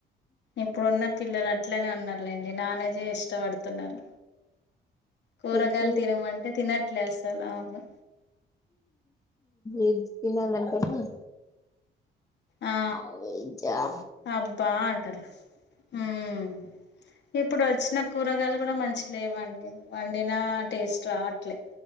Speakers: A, on the left; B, on the left.
A: ఇప్పుడున్న పిల్లలు అట్లనే ఉన్నారులేండి నాన్ వేజే ఇష్టపడుతున్నారు కూరగాయలు
B: వెజ్
A: తినమంటే తినట్లేదు అసలు అవును
B: ఏది తనలనిపిస్తే
A: ఆ
B: అ వెజ్ ఆ
A: అబ్బా అంటారు మ్ ఇప్పుడు వచ్చిన కూరగాయలు కూడా మంచిగ లేవండి వండిన టేస్ట్ రావట్లే